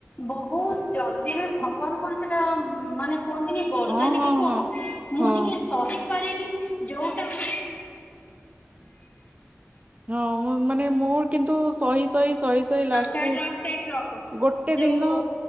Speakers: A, on the left; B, on the right.
A: ବହୁତ ଜଲଦି ବି ଭଗବାନଙ୍କର ସେଟା ମ୍-ମ୍ ମାନେ କୁହନ୍ତିନି ବରଦାନ
B: ହଁ ହଁ
A: କି କଣ,
B: ହଁ
A: ମୁଁ
B: ହଁ
A: ଟିକେ ସହି ପାରେନି ଯୋଉଟା ହୁଏ <inaudible>
B: ହଁ ମାନେ ମୋର କିନ୍ତୁ ସହି ସହି ସହି ସହି ଲାଷ୍ଟକୁ
A: ସେଇଠି ରଖ ସେଇଠି ରଖ।
B: ଗୋଟେ
A: ଯୋଉ
B: ଦିନ